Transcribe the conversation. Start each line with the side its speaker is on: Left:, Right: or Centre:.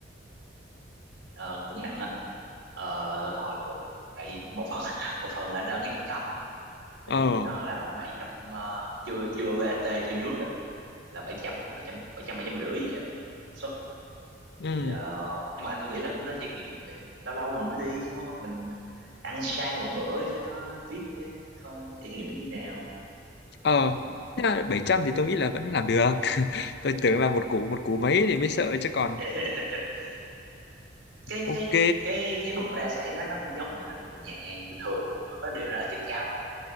Right: Ờ, cũng nặng á Ờ, hồi bữa- tại vì một phần <laughs> một phần là anh ở ngay trung tâm
Left: <laughs>
Right: thì
Left: ờ.
Right: nó là 700 ờ, chưa chưa VAT chưa nước á, là bảy trăm bảy trăm bảy trăm bảy trăm rưỡi gì á suất
Left: ừ
Right: thì ờ, nhưng mà tôi nghĩ là cũng nên trải nghiệm tại vì lâu lâu mình mới đi đúng không? mình ăn sang một bữa cho nó biết cái kho- trải nghiệm nó như nào
Left: ờ
Right: đấy
Left: thế là 700 thì tôi nghĩ là vẫn làm được <laughs> tôi tưởng là một củ một củ mấy thì mới sợ chứ còn
Right: <laughs> cái
Left: ok
Right: cái cái cái buffet sẽ nó nó cũng giống như là mấy cái nhà hàng bình thường á nhưng mà có điều nó ở trên cao thôi